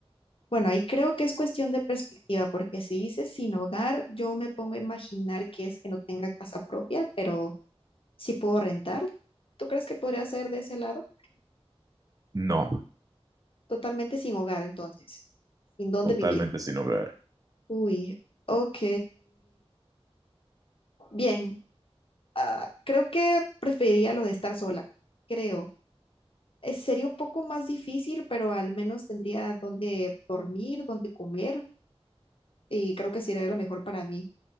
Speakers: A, on the left (about 60°); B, on the right (about 35°).
A: Bueno, ahí creo que es cuestión de perspectiva, porque si dices sin hogar, yo me pongo a imaginar que es que no tenga casa propia, pero sí puedo rentar. ¿Tú crees que podría ser de ese lado?
B: No,
A: Totalmente sin hogar, entonces, sin dónde
B: totalmente
A: vivir.
B: sin hogar.
A: Uy, ok. Bien, ah, creo que preferiría lo de estar sola, creo. Eh, sería un poco más difícil, pero al menos tendría donde dormir, donde comer, y creo que sería lo mejor para mí,